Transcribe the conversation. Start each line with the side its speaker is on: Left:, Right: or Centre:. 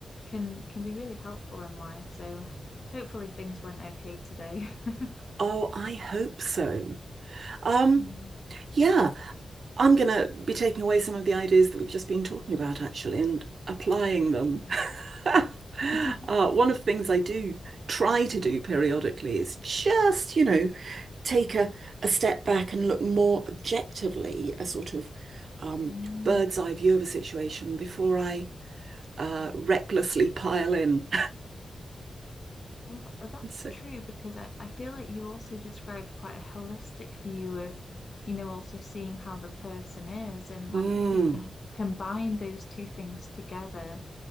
Left: can can be really helpful in life. So hopefully things went okay today. <laughs>
Right: Oh, I hope so. Um,
Left: Mm.
Right: yeah. I'm going to be taking away some of the ideas that we've just been talking about, actually, and applying them. <laughs>
Left: <laughs>
Right: Uh, one of the things I do try to do periodically is just, you know, take a, a step back and look more objectively, a sort of um,
Left: Mm.
Right: bird's eye view of a situation before I uh, recklessly pile in.
Left: Well, th that's
Right: <laughs> So,
Left: true because I, I feel like you also described quite a holistic view of, you know, also seeing how the person is. And like
Right: mm,
Left: if you can combine those two things together,